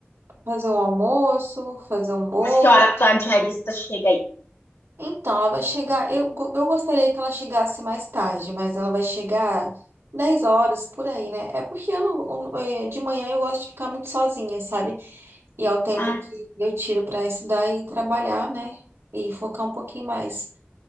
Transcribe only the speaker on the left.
Mas que hora a tua diarista chega aí?
Ah,